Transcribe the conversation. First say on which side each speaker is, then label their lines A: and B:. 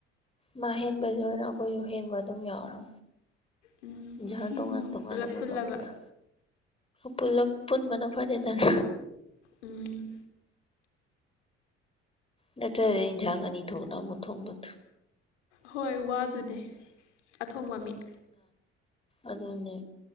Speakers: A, on the left; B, on the left.
A: ꯃꯥ ꯍꯦꯟꯕꯁꯨ ꯑꯣꯏꯅ ꯑꯩꯈꯣꯏꯁꯨ ꯍꯦꯟꯕ ꯑꯗꯨꯝ ꯌꯥꯎꯔꯨ
B: ꯎꯝ
A: ꯍ ꯇꯣꯉꯥꯟ ꯇꯣꯉꯥꯟꯅ
B: ꯄꯨꯂꯞ
A: ꯑꯃꯨ
B: ꯄꯨꯜꯂꯕ
A: ꯇꯧꯕꯗ ꯄꯨꯂꯞ ꯄꯨꯟꯕꯅ ꯐꯔꯦꯗꯅ
B: ꯎꯝ
A: ꯅꯠꯇ꯭ꯔ ꯏꯟꯁꯥꯡ ꯑꯅꯤ ꯊꯣꯛꯅ ꯑꯃꯨꯛ ꯊꯣꯡꯕꯗꯨ
B: ꯍꯣꯏ ꯋꯥꯗꯨꯅꯦ ꯑꯊꯣꯡꯕ ꯃꯤꯠ
A: ꯑꯗꯨꯅꯦ